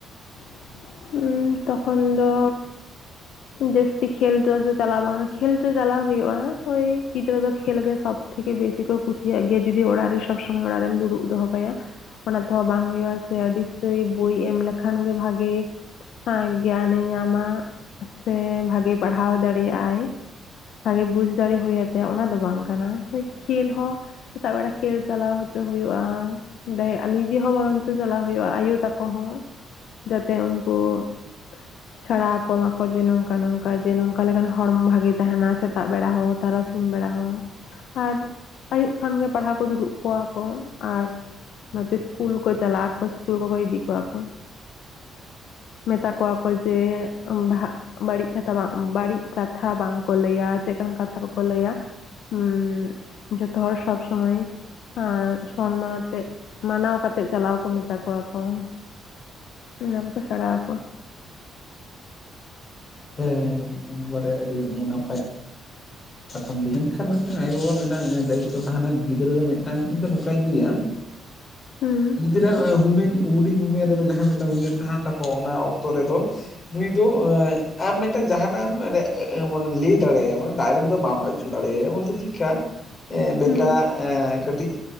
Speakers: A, on the left (about 75°); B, on the left (about 40°).
A: <inaudible> ᱦᱩᱸ ᱛᱚᱠᱷᱚᱱ ᱫᱚ ᱡᱟᱹᱥᱛᱤ ᱠᱷᱮᱞᱪᱚ ᱫᱚ ᱪᱟᱞᱟ ᱵᱟᱝᱼᱟ ᱠᱷᱮᱞᱪᱚ ᱪᱟᱞᱟᱣ ᱦᱩᱭᱩᱜᱼᱟ ᱳᱭ ᱜᱤᱫᱽᱨᱟᱹ ᱫᱚ ᱠᱷᱮᱞ ᱜᱮ ᱥᱚᱵ᱾ ᱛᱷᱮᱠᱮ ᱵᱮᱥᱤ ᱠᱚ ᱠᱩᱥᱤᱭᱟᱜ ᱜᱮᱭᱟ ᱡᱩᱫᱤ ᱚᱲᱟᱜ ᱨᱮ ᱥᱚᱵ ᱥᱚᱢᱚᱭ ᱚᱲᱟᱜ ᱨᱮᱢ ᱫᱩᱲᱩᱜ ᱫᱚᱦᱚ ᱠᱟᱭᱟ ᱚᱱᱟ ᱛᱮᱦᱚᱸ ᱵᱟᱝ ᱦᱩᱭᱩᱜᱼᱟ ᱥᱮ ᱟᱹᱰᱤ ᱥᱛᱟᱹᱭ ᱵᱳᱭ ᱮᱢ ᱞᱮᱠᱷᱟᱱ ᱜᱮ ᱵᱷᱟᱜᱮ <unintelligible> ᱜᱮᱭᱟᱱᱮ ᱧᱟᱢᱟ ᱾ ᱥᱮ ᱵᱷᱟᱜᱮ ᱯᱟᱲᱦᱟᱣ ᱫᱟᱲᱮᱭᱟᱜᱼᱟᱭ ᱵᱷᱟᱜᱮ ᱵᱩᱡ ᱫᱟᱲᱮ ᱦᱩᱭ ᱟᱛᱮᱭᱟ ᱚᱱᱟ ᱫᱚ ᱵᱟᱝ ᱠᱟᱱᱟ ᱦᱳᱭ ᱠᱷᱮᱞ ᱦᱚᱸ ᱥᱮᱛᱟᱜ ᱵᱮᱲᱟ ᱠᱷᱮᱞ ᱪᱟᱞᱟᱣ ᱦᱚᱪᱚ ᱦᱩᱭᱩᱜᱼᱟ ᱰᱟᱭᱟᱜ ᱱᱤᱡᱮ ᱦᱚᱸ ᱵᱟᱨᱚᱱ ᱪᱚ ᱪᱟᱞᱟᱣ ᱦᱩᱭᱩᱜᱼᱟ ᱟᱭᱳ ᱛᱟᱠᱚ ᱦᱚᱸ ᱡᱟᱛᱮ ᱩᱱᱠᱩ <inaudible> ᱥᱮᱲᱟ ᱟᱠᱚ ᱢᱟᱠᱚ ᱡᱮ ᱱᱚᱝᱠᱟ ᱱᱚᱝᱠᱟ ᱡᱮ ᱱᱚᱝᱠᱟ ᱞᱮᱠᱟᱱ ᱦᱚᱲᱢᱚ ᱵᱷᱟᱜᱮ ᱛᱟᱦᱮᱱᱟ ᱥᱮᱛᱟᱜ ᱵᱮᱲᱟ ᱦᱚᱸ, ᱛᱟᱨᱟᱥᱤ ᱥᱤᱧ ᱵᱮᱲᱟ ᱦᱚᱸ ᱟᱨ ᱟᱭᱩᱵ ᱠᱷᱟᱱ ᱜᱮ ᱯᱟᱲᱦᱟᱣ ᱠᱚ ᱫᱩᱲᱩᱵ ᱠᱚᱣᱟ ᱠᱚ ᱟᱨ ᱱᱚᱛᱮ ᱥᱤᱠᱩᱞ ᱠᱚ ᱪᱟᱞᱟ ᱟᱠᱚ ᱥᱤᱠᱩᱞ ᱠᱚᱠᱚ ᱤᱰᱤ ᱠᱚᱣᱟ ᱠᱚ ᱾ ᱢᱮᱛᱟ ᱠᱚᱣᱟ ᱠᱚ ᱡᱮ ᱵᱷᱟ ᱵᱟᱹᱲᱤᱡ ᱠᱟᱛᱷᱟ ᱵᱟᱜ ᱵᱟᱹᱲᱤᱡ ᱠᱟᱛᱷᱟ ᱵᱟᱝᱠᱚ ᱞᱟᱹᱭᱟ ᱪᱮᱜᱠᱟᱱ ᱠᱟᱛᱷᱟ ᱠᱚᱠᱚ ᱞᱟᱹᱭᱟ ᱦᱩᱸ ᱡᱚᱛᱚ ᱦᱚᱲ ᱥᱚᱵ ᱥᱚᱢᱚᱭ <inaudible> ᱥᱚᱱᱢᱟᱱ ᱟᱛᱮᱜ ᱢᱟᱱᱟᱣ ᱠᱟᱛᱮᱜ ᱪᱟᱞᱟᱣ ᱠᱚ ᱢᱮᱛᱟ ᱠᱚᱣᱟ ᱠᱚ ᱾ ᱱᱟᱝ ᱠᱚ ᱥᱚᱲᱟᱣ ᱠᱚ ᱾
B: ᱦᱮᱸ ᱮᱠᱵᱟᱨᱮ ᱟᱸᱰᱤ ᱱᱟᱯᱟᱭ ᱠᱟᱛᱷᱟᱢ ᱞᱟᱹᱭᱟ ᱢᱮᱱᱠᱷᱟᱱ ᱢᱤᱫᱴᱟᱝ ᱟᱭᱳᱼᱵᱟᱵᱟᱣᱟᱜ ᱢᱤᱫᱴᱟᱝ ᱫᱟᱭᱤᱛᱛᱚ ᱛᱟᱦᱮᱱᱟ ᱜᱤᱫᱽᱨᱟᱹ ᱫᱚ ᱢᱤᱫᱴᱟᱝ ᱤᱧ ᱫᱚ ᱱᱚᱝᱠᱟᱧ ᱞᱟᱹᱭᱟ
A: <inaudible> ᱦᱩᱸ
B: ᱜᱤᱫᱽᱨᱟᱹ ᱟᱜ ᱦᱩᱢᱤᱱ ᱦᱩᱰᱤᱧ ᱩᱢᱮᱨ ᱨᱮᱫᱚ ᱡᱟᱦᱟᱸᱭ ᱢᱤᱫᱴᱟᱝ ᱩᱢᱮᱨ ᱛᱟᱦᱮᱱ ᱛᱟᱠᱚᱣᱟ ᱚᱱᱟ ᱚᱠᱛᱚ ᱨᱮᱫᱚ ᱱᱤᱛᱚᱜ ᱟᱢ ᱢᱤᱫᱴᱟᱝ ᱡᱟᱦᱱᱟᱜ ᱮᱢ ᱢᱟᱱᱮ ᱞᱟᱹᱭ ᱫᱟᱲᱮ ᱟᱭᱟᱢ᱾ ᱰᱟᱭᱨᱮᱴ ᱫᱚ ᱢᱟᱢ ᱟᱹᱪᱩ ᱫᱟᱲᱮᱟᱭᱟ ᱵᱚᱞᱛᱮ ᱪᱮᱫᱠᱟ ᱵᱮᱴᱟ
A: ᱦᱩᱸ
B: ᱠᱟᱹᱴᱤᱡ